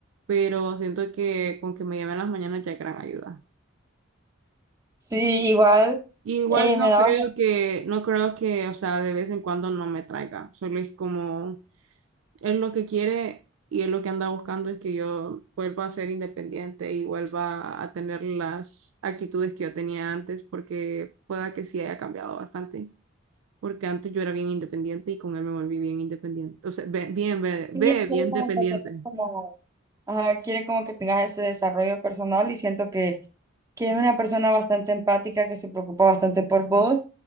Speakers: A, on the right; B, on the right.
A: pero siento que con que me lleven las mañanas ya es gran ayuda.
B: Sí, igual
A: Igual
B: eh,
A: no
B: me da
A: creo
B: bastante.
A: que, no creo que, o sea, de vez en cuando no me traiga, solo es como Él lo que quiere y él lo que anda buscando es que yo vuelva a ser independiente y vuelva a tener las actitudes que yo tenía antes, porque pueda que sí haya cambiado bastante, porque antes yo era bien independiente y con él me volví bien independiente, o sea, ve- bien, ve,
B: Sí,
A: ve,
B: hacer
A: bien
B: como,
A: dependiente.
B: Ajá, quiere como que tengas ese desarrollo personal y siento que, que es una persona bastante empática, que se preocupa bastante por vos